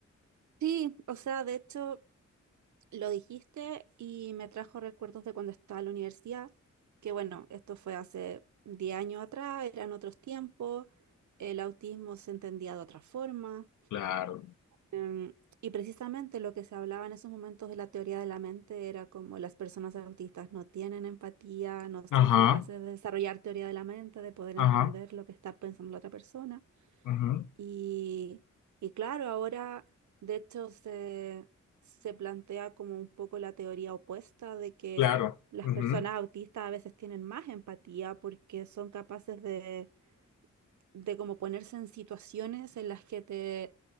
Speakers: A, on the right (about 70°); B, on the left (about 80°).
A: Sí, o sea, de hecho, lo dijiste y me trajo recuerdos de cuando estaba en la universidad, que bueno, esto fue hace 10 años atrás, eran otros tiempos, el autismo se entendía de otra forma.
B: Claro.
A: Em, y precisamente lo que se hablaba en esos momentos de la teoría de la mente era como las personas autistas no tienen empatía, no son
B: Ajá,
A: capaces de desarrollar teoría de la mente, de poder
B: ajá,
A: entender lo que está pensando la otra persona.
B: ujú,
A: Y, y claro, ahora de hecho se, se plantea como un poco la teoría opuesta de que
B: Claro.
A: las
B: ujú,
A: personas autistas a veces tienen más empatía porque son capaces de de como ponerse en situaciones en las que te,